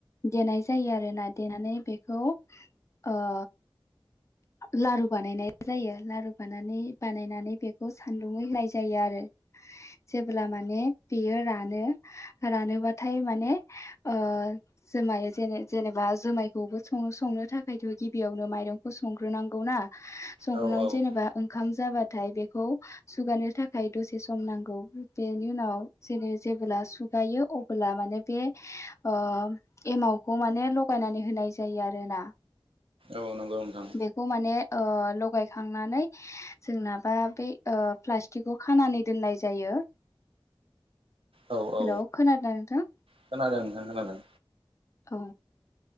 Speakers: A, on the left (about 30°); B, on the right (about 75°).
A: देनाय जायो आरोना देनानै बेखौ ओ लारु बानायनाय जायो लारु बानानै बानायनानै बेखौ सानदुङै होनाय जायो आरो। जेब्ला माने बेयो रानो रानोबाथाय माने ओ जोमाय‌ जेने जेनेबा जुमायखौबो स संनो थाखायथ' गिबियावनो माइरंखौ संग्रोनांगौ खौ ना संख्राव
B: औ औ
A: जेनेबा ओंखाम जाबाथाय बेखौ सुगानो थाखाय दसे सम नांगौ बेनि उनाव जेरै जेबोब्ला सुगायो अबोब्ला माने बे ओ एमावखौ माने लगायनानै होनाय जायो आरोना।
B: औ नंगौ नोंथां
A: खौ माने ओ लगायखांनानै जोंनाबा बे ओ प्लास्टिकखौ खानानै दोननाय जायो।
B: औ औ
A: हेलौ खोनादों ना नोथां?
B: खोनादों नोंथां खोनादों
A: औ।